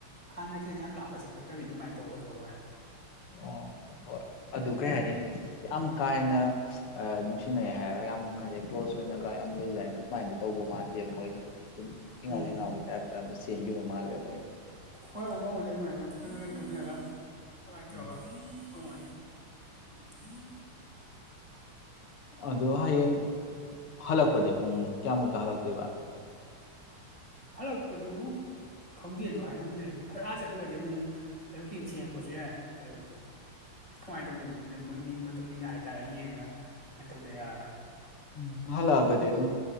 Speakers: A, on the right; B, on the left.
A: ꯍꯥꯟꯅ ꯈꯤꯇꯪ ꯌꯥꯝ ꯂꯥꯄꯁꯨ ꯅꯠꯇꯕꯤꯗ ꯑꯗꯨꯃꯥꯏꯅ ꯇꯧꯕ ꯑꯃꯗꯧꯉꯣꯏ ꯎ
B: ꯑꯣ ꯍꯣꯏ ꯑꯗꯨ ꯀꯩ ꯍꯥꯏꯅꯤ ꯌꯥꯝ ꯀꯥ ꯍꯦꯟꯅ ꯑ ꯅꯨꯡꯁꯤꯅꯩ ꯍꯥꯏꯔꯒ ꯌꯥꯝ ꯀꯔꯦ ꯀ꯭ꯂꯣꯖ ꯑꯣꯏꯅꯒ ꯌꯥꯝ ꯂꯩꯗꯥ ꯍꯥꯏꯅꯝ ꯁꯨꯃꯥꯏꯅꯗꯤ ꯇꯧꯕ ꯃꯥꯟꯗꯦꯕ ꯃꯣꯏꯗꯣ ꯊꯤꯉꯥꯎ
A: ꯎꯝ
B: ꯂꯩꯉꯥꯎꯒꯤ ꯇꯥꯏꯞꯇ ꯑꯃ ꯆꯦꯟꯈꯤꯕ ꯃꯥꯜꯂꯦꯕ ꯃꯣꯏ
A: ꯍꯣꯏ ꯍꯣꯏ ꯍꯣꯡꯒꯅꯤ ꯑꯗꯨꯃꯥꯏꯅ ꯈꯔ ꯈꯔ ꯈꯗꯤ ꯈꯪꯅꯔꯒ ꯑꯗꯨꯃꯥꯏꯅ
B: ꯎꯝ
A: ꯇꯧꯔꯒ ꯍꯣꯡꯒꯅꯤ <unintelligible>
B: ꯑꯗꯣ ꯍꯌꯦꯡ ꯍꯜꯂꯛꯄꯗꯤ ꯄꯨꯡ ꯀꯌꯥꯃꯨꯛꯇ ꯍꯜꯂꯛꯇꯣꯏꯕ
A: ꯍꯜꯂ ꯄꯗꯨ ꯈꯪꯗꯦ ꯑꯗꯨ ꯍꯥꯏꯉꯝꯗ꯭ꯔꯦ ꯑ ꯑꯥ ꯆꯠꯂꯨꯔꯗꯤ ꯑꯃꯛꯛ ꯍꯧꯌꯛꯀꯤꯦꯡ ꯊꯦꯡꯉꯛꯄꯁꯨ ꯌꯥꯏ ꯑꯗꯨ ꯀꯃꯥꯏꯅ ꯇꯧꯗꯣꯏꯅꯣ ꯈꯪꯗꯣꯏꯦ ꯃꯣꯏꯒꯤ ꯃꯇꯨꯡ ꯏꯟꯅ ꯍꯥꯏꯇꯥꯔꯦ ꯌꯦꯡꯉꯒ ꯀꯃꯥꯏꯅ ꯇꯧꯗ ꯌꯥꯔꯔꯣꯏ
B: ꯎꯝ ꯍꯜꯂꯛꯑꯒꯗꯤ ꯑꯗꯨꯝ